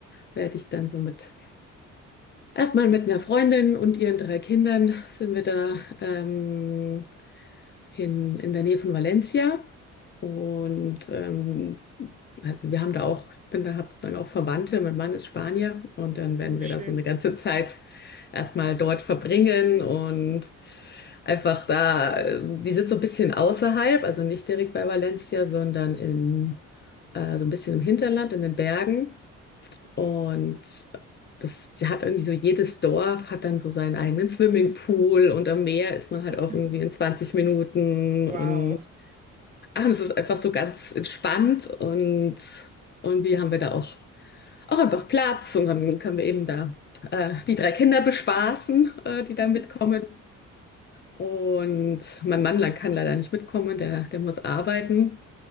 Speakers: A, on the left; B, on the right.
A: werde ich dann so mit, erstmal mit einer Freundin und ihren drei Kindern sind wir da. Ähm, in, in der Nähe von Valencia. Und ähm, halt, wir haben da auch, bin da, habe sozusagen auch Verwandte. Mein Mann ist Spanier und dann werden
B: Oh, schön.
A: wir da so eine ganze <laughs> Zeit erstmal dort verbringen und einfach da, äh, die sind so ein bisschen außerhalb, also nicht direkt bei Valencia, sondern in, äh, so ein bisschen im Hinterland, in den Bergen. Und das die hat irgendwie so, jedes Dorf hat dann so seinen eigenen Swimmingpool und am Meer ist man halt
B: <laughs>
A: auch irgendwie in 20 Minuten
B: Wow.
A: und ach, und es ist einfach so ganz entspannt und und wir haben wir da auch, auch einfach Platz und dann können wir eben da äh, die drei Kinder bespaßen, äh, die da
B: <laughs>
A: mitkommen. Und mein Mann le- kann leider nicht mitkommen, der, der muss arbeiten.